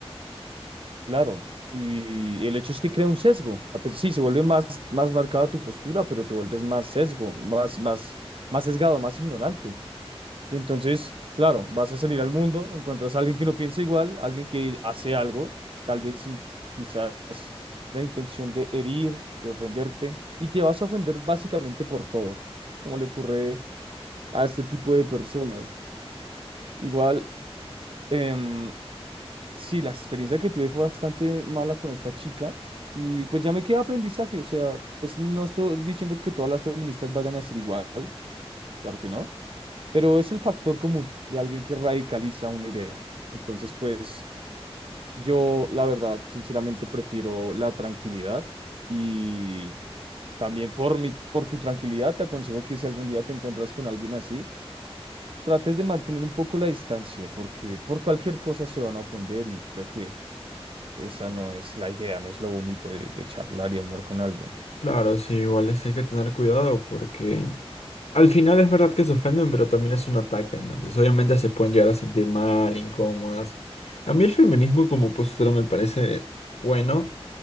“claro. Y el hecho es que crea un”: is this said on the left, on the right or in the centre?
Right